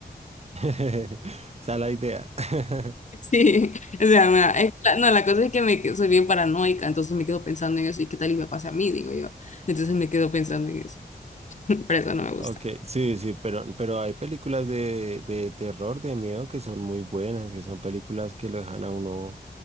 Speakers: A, on the right; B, on the left.
A: <laughs> O sea, la idea. <laughs>
B: Sí, <laughs> o sea, mira, es que la- no, la cosa es que me, que- soy bien paranoica, entonces me quedo pensando en eso y qué tal y me pasa a mí, digo yo. Entonces me quedo pensando en eso, <laughs> pero eso no me gusta.
A: Ok, sí, sí, pero, pero hay películas de, de terror, de miedo, que son muy buenas, que son películas que lo dejan a uno